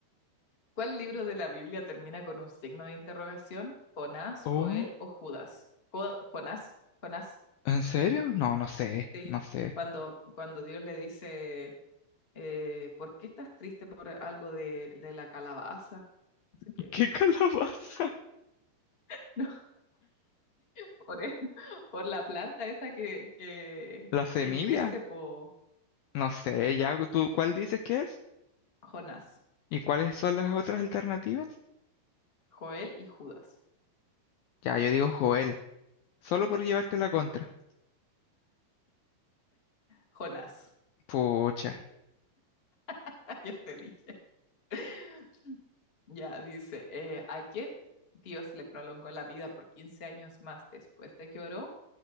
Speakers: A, on the left; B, on the left.
A: ¿Cuál libro de la Biblia termina con un signo de interrogación? ¿Jonás,
B: Oh,
A: Joel o Judas? Jo- Jonás, Jonás.
B: ¿En serio? No, no sé,
A: Sí,
B: no sé.
A: cuando, cuando Dios le dice, eh, ¿por qué estás triste por algo de, de la calabaza? No sé
B: <laughs>
A: qué.
B: ¿Qué calabaza?
A: <laughs> No, por, e- <laughs> por la planta esa que, que,
B: ¿La semilla?
A: que crece por
B: No sé, ya tú, ¿cuál dices que es?
A: Jonás,
B: ¿Y cuáles son las otras alternativas?
A: Joel y Judas.
B: Ya, yo digo Joel, solo por llevarte la contra.
A: Jonás,
B: Pucha.
A: <laughs> ya te dije. <laughs> Ya dice, eh, ¿a quién Dios le prolongó la vida por 15 años más después de que oró?